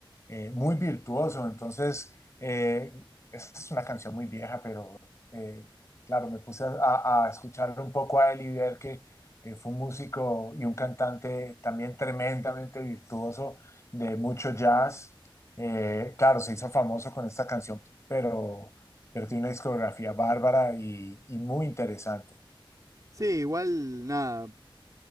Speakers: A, on the left (about 30°); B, on the right (about 40°).
A: eh, muy virtuoso. Entonces, eh, esta es una canción muy vieja, pero eh, claro, me puse a, a escucharlo un poco a él y ver que eh, fue un músico y un cantante también tremendamente virtuoso de mucho jazz. Eh, claro, se hizo famoso con esta canción, pero, pero tiene una discografía bárbara y y muy interesante.
B: Sí, igual, nada.